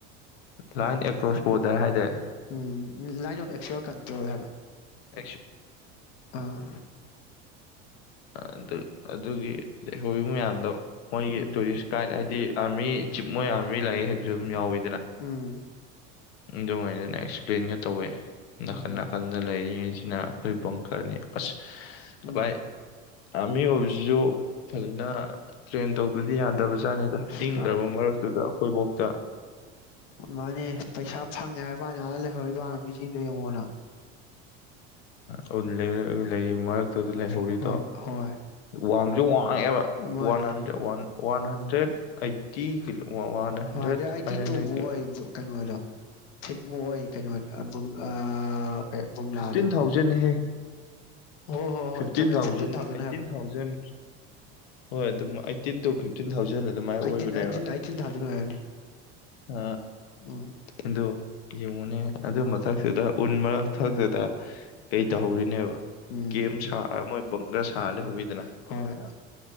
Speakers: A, on the left (about 85°); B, on the left (about 65°).
A: ꯂꯥꯏꯟ ꯑꯦꯀ꯭ꯔꯣꯁ ꯕꯣꯔꯗ꯭ꯔ ꯍꯥꯏꯗꯣꯢ
B: ꯎꯝ ꯂꯥꯏꯟ ꯑꯣꯐ ꯑꯦꯛꯆꯋ꯭ꯦꯜ ꯀꯟꯇ꯭ꯔꯣꯜ ꯍꯥꯏꯕ
A: <unintelligible>
B: ꯑꯥ
A: ꯑꯗꯨ ꯑꯗꯨꯒꯤ ꯂꯩꯍꯧꯔꯤ ꯃꯌꯥꯝꯗꯣ ꯃꯣꯏꯒꯤ
B: ꯎꯝ
A: ꯇꯨꯔꯤꯁ ꯒꯥꯏꯠ ꯍꯥꯏ ꯑꯦꯑꯔꯃꯤ ꯆꯤꯞ ꯃꯣꯏ ꯑꯥꯔꯃꯤ ꯂꯥꯏꯔꯤꯛ ꯍꯥꯏꯕꯁꯨ ꯑꯗꯨꯝ ꯌꯥꯎꯋꯤ
B: ꯎꯝ
A: ꯑꯗꯨ ꯉꯥꯏꯅꯥꯅꯦꯁꯦ <inaudible> ꯄ꯭ꯂꯦꯟꯒ ꯇꯧꯋꯦ ꯅꯥꯀꯟ
B: ꯎꯝ
A: ꯅꯥꯀꯟꯗ ꯂꯩꯔꯤ ꯖꯤꯅ ꯑꯈꯣꯢ ꯕꯡꯀꯔ ꯅꯦ ꯑꯁ
B: ꯎꯝ
A: ꯕꯥꯏ ꯑꯥꯔꯃꯤ ꯑꯣꯏꯕꯁꯤꯁꯨ ꯐꯖꯅ ꯇ꯭ꯔꯦꯟ ꯇꯧꯗꯗꯤ ꯌꯥꯗꯕꯖꯥꯠꯅꯤꯗ
B: ꯑꯁ
A: ꯏꯪꯒꯔꯕ
B: ꯀ
A: ꯃꯔꯛꯇꯨꯗ ꯑꯩꯈꯣꯏꯕꯥꯎꯇ
B: ꯃꯥꯅꯦ ꯄꯩꯁꯥ ꯐꯪꯉꯦ ꯍꯥꯏꯕꯅꯦ ꯑꯥꯗꯥ ꯂꯩꯍꯧꯔꯤ ꯗꯣ ꯑꯥꯔꯃꯤ ꯁꯤꯡꯗꯣ ꯌꯦꯡꯑꯣꯅꯥ <inaudible>
A: ꯑꯧ ꯂꯩ ꯂꯩ ꯃꯔꯛ <unintelligible> ꯇꯨꯗꯥ ꯂꯩꯍꯧꯔꯤꯗꯣ
B: ꯍꯣꯏ
A: <unintelligible>
B: ꯍꯣꯏ
A: <unintelligible> ꯑꯕꯥ
B: ꯃꯥꯅꯦ
A: ꯋꯥꯟ hundred one one hundred eighty kilo one ꯍꯟꯗ꯭ꯔꯦꯠ
B: ꯍꯟꯗꯤ ꯑꯥꯏꯇꯤꯇꯨꯕꯨ
A: ꯑꯩꯠ ꯍꯟꯗ꯭ꯔꯦꯠ
B: ꯑꯣꯏꯕ ꯀꯩꯅꯣꯗꯣ ꯐꯤꯠꯃꯨꯛ ꯑꯣꯏ ꯀꯩꯅꯣ ꯕꯨꯝ ꯑꯥ ꯀꯩ ꯕꯨꯝꯂꯥꯗꯣ
A: ꯐꯤꯞꯇꯤꯟ ꯊꯥꯎꯖꯟ ꯅꯤ ꯍꯦ
B: ꯍꯣꯏ ꯍꯣꯏ ꯍꯣꯏ
A: ꯐꯤꯞꯇꯤꯟ
B: ꯆꯨꯝꯃꯦ
A: ꯊꯥꯎꯖꯟ ꯑꯥꯏꯇꯤꯟ
B: ꯍꯥꯏꯕ
A: ꯊꯥꯎꯖꯟ ꯍꯣꯏ ꯑꯗꯨ ꯑꯩꯠꯇꯤꯟ ꯇꯨ ꯐꯤꯞꯇꯤꯟ ꯊꯥꯎꯖꯟ ꯖꯟ ꯑꯗꯨꯃꯥꯏ ꯑꯣꯏꯕꯅꯦꯕ
B: ꯑꯩꯠꯇꯤꯟ ꯑꯩꯠꯇꯤꯟ ꯑꯩꯠꯇꯤꯟ ꯊꯥꯎꯖꯟ ꯑꯣꯏꯔꯝꯅꯤ
A: ꯑ
B: ꯎꯝ
A: ꯑꯗꯣ ꯌꯦꯡꯉꯨꯅꯦ ꯑꯗꯨ ꯃꯊꯛꯇꯨꯗ ꯎꯟ ꯃꯔꯛꯊꯛꯇꯨꯗ ꯀꯩ ꯇꯧꯍꯧꯔꯤꯅꯦꯕ
B: ꯎꯝ
A: ꯀꯦꯝ ꯁꯥꯔꯥ ꯃꯣꯏ ꯕꯪꯀꯔ ꯁꯥ ꯂꯩꯍꯧꯋꯤꯗꯅ
B: ꯍꯣꯏ